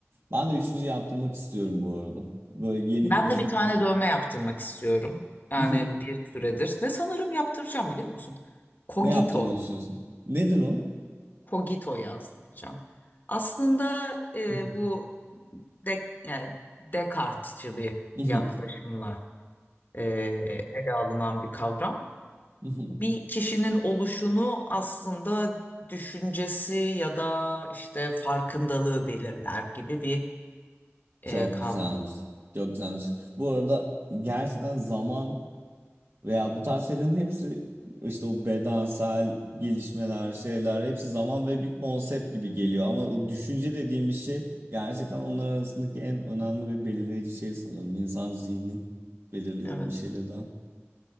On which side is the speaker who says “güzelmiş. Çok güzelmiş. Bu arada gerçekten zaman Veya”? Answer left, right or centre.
Right